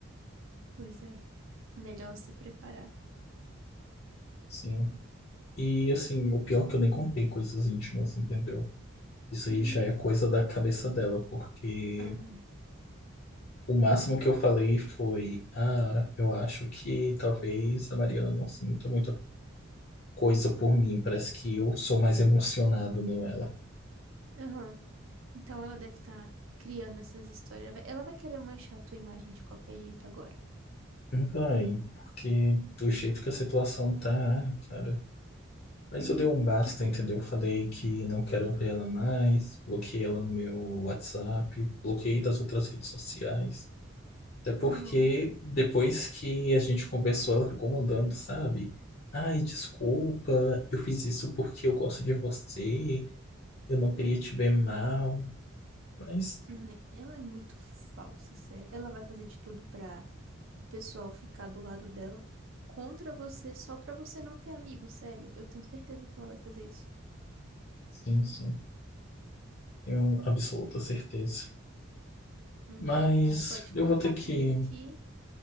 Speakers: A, on the right (about 70°); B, on the left (about 45°).
A: Pois é, melhor se preparar.
B: Sim. E assim, o pior é que eu nem contei coisas íntimas, entendeu? Isso
A: Uhum,
B: aí já é coisa da cabeça dela, porque
A: aham,
B: o máximo que eu falei foi, ah, eu acho que talvez a Mariana não sinta muita coisa por mim. Parece que eu sou mais emocionado nela.
A: aham. Então ela deve estar criando essas histórias. Ela vai ela vai querer manchar a tua imagem de qualquer jeito agora.
B: Vai, porque do jeito que a situação tá, cara. Mas
A: Uhum,
B: eu dei um basta,
A: tipo,
B: entendeu? Falei que não quero ver ela mais, bloqueei ela no meu WhatsApp, bloqueei das outras redes sociais. Até porque
A: Uhum.
B: depois que a gente conversou, ela ficou mandando, sabe? Ai, desculpa, eu fiz isso porque eu gosto de você, eu não queria te ver mal. Mas,
A: Ai, Ela é muito falsa, sério. Ela vai fazer de tudo pra o pessoal ficar do lado dela contra você, só pra você não ter amigo, sério. Eu tenho certeza que ela vai fazer isso.
B: sim, sim, tenho absoluta certeza.
A: Hum,
B: Mas
A: mas pode contar
B: eu vou ter que.
A: comigo que.